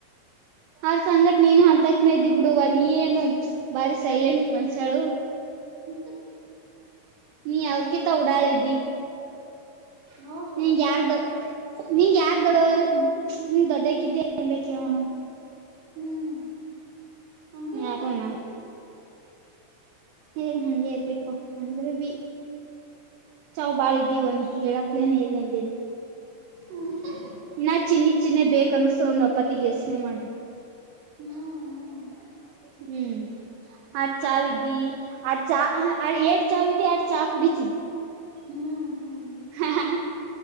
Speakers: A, on the right; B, on the right.
A: ಅವ್ರ ಸಂಗಟ್ ನೀನು ಅಂತಕ್ನ ಇದ್ದಿ ಬಿಡುವ ನೀ ಏನು ಬಾರಿ ಸೈಲೆಂಟ್ ಮನ್ಸಾಳು
B: ಹ್ಮ
A: ನೀ ಯಾವ್ರಕಿ ತ ಓಡಾಳಿದಿ
B: ಹೌದು
A: ನಿಂಗೆ ಯಾರ್ದು ನಿಂಗ ಯಾರ್ ದೊಡ್ಡವ ನಿಂಗ್ ದೊಡ್ಡಕ್ಕಿದ್ದ್ಯಾ ಕೋಣ
B: ಹ್ಮ್ ಹಂಗೆ
A: ಯಾರ
B: ಇರ್ಬೇಕು
A: ನಳ ಏ ನಂಗೆ ಇರ್ಬೇಕು ಅಂದ್ರೆ ಬಿ ಚಾವ ಬಾಳ ಇದ್ದೀವ ನೀ ಹೇಳಕ್ಲೇನ್ ಏನೆಂದೇನು
B: ಹ್ಮ್
A: ಇನ್ನ ಚಿನ್ನಿತ್ ಚಿನ್ನನೆ ಬೇಕಕ್ ಅನ್ನಸ್ ಅಪ್ಪತಿಗೆ ಯೋಚ್ನೆ ಮಾಡ್ರಿ
B: ಹ್ಮ್ ಹ್ಮ್
A: ಹ್ಮ್ ಆ ಚಾ ವಿದಿ ಆ ಚಾ ಎಏ ಚಾ ವಿದಿ ಆ ಚಾ ಕುಡತಿ
B: ಹ್ಮ್
A: ಹ